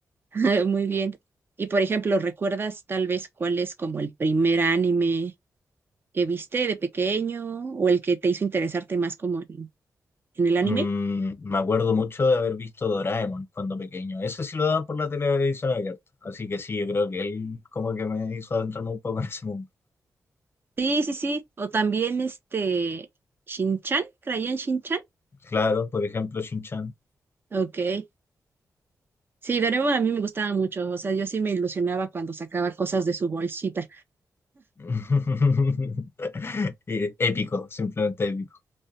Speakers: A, on the right; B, on the left.
A: <laughs> Muy bien. Y por ejemplo, ¿recuerdas tal vez cuál es como el primer anime que viste de pequeño o el que te hizo interesarte más como en en el anime?
B: Mm, me acuerdo mucho de haber visto Doraemon cuando pequeño, ese sí lo daban por la televisión abierta, así que sí, yo creo que él como que me hizo adentrarme un poco en ese mundo.
A: Sí, sí, sí. O también este Shinchan, ¿creían Shinchan?
B: Claro, por ejemplo, Shin-Chan.
A: Ok. Sí, Doraemon a mí me gustaba mucho. O sea, yo sí me ilusionaba cuando sacaba cosas de su bolsita.
B: <laughs> Eh, Épico, simplemente épico.